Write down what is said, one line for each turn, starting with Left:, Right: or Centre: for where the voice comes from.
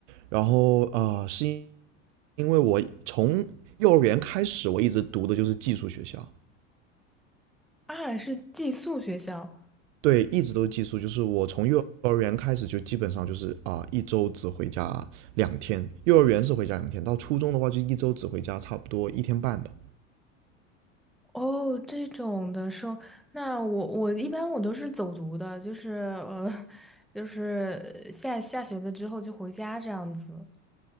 Right: 然后啊、呃是因因为我从幼儿园开始，我一直读的就是寄宿学校，
Centre: 啊，是寄宿学校。
Right: 对，一直都是寄宿，就是我从幼儿园开始就基本上就是啊、呃一周只回家两天，幼儿园是回家两天，到初中的话就一周只回家差不多一天半吧，
Centre: 哦，这种的说，那我我一般我都是走读的，就是呃，<laughs> 就是下下学了之后就回家这样子。